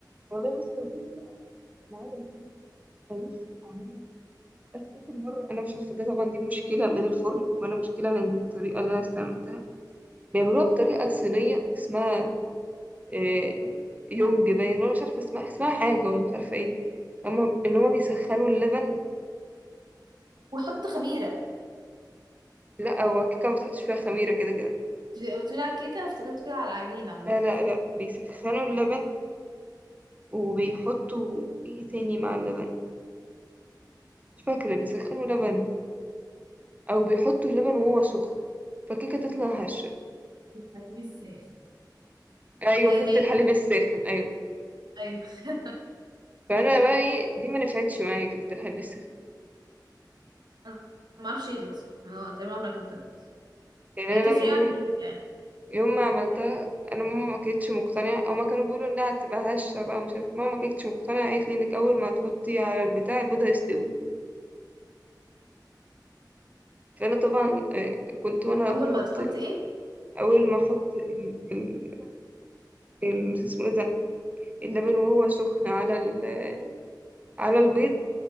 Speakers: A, on the right; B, on the right.
A: والله بس كان في طريقة أصلا لعمل الكيكة أنا نفسي أعملها بس آخر مرة أنا مش عارفة ده طبعا دي مشكلة من الفرن ولا مشكلة من الطريقة اللي أنا استعملتها بيعملوها بطريقة صينية اسمها آه، يونج باين وأنا مش عارفة اسمها اسمها حاجة ولا مش عارفة ايه هما إن هما بيسخنوا اللبن
B: وحط خميرة
A: لا هو الكيكة ما بتحطش فيها خميرة كده كده
B: بتقولي على الكيكه انا افتكرت كده على العجين عامه
A: لا لا لا بيسخنوا اللبن وبيحطوا ايه تاني مع اللبن مش فاكرة بيسخنوا لبن أو بيحطوا اللبن وهو سخن فالكيكة تطلع هشة
B: الحليب الساخن
A: أيوة
B: آه،
A: كيكة
B: هي
A: الحليب الساخن أيوة
B: ايوه <laughs>
A: فانا بقى ايه دي ما نفعتش معايا كيكه الحليب الساخن
B: انا ما اعرفش ايه دي اصلا انا تقريبا عمرك انت
A: يعني
B: هي
A: انا
B: تفرق
A: لما-
B: عن
A: يوم
B: الكيكه يعني
A: يوم ما عملتها انا ماما ما كانتش مقتنعه او ما كانوا بيقولوا انها هتبقى هشه بقى ومش عارف ماما ما كانتش مقتنعه قالت لي انك اول ما هتحطي على البتاع البيضه يستوي فانا طبعا آه، كنت وانا
B: اول
A: بحط
B: ما تحط
A: ال...
B: ايه
A: اول ما احط ال... ال... ال... اسمه ايه ده اللبن وهو سخن على ال... على البيض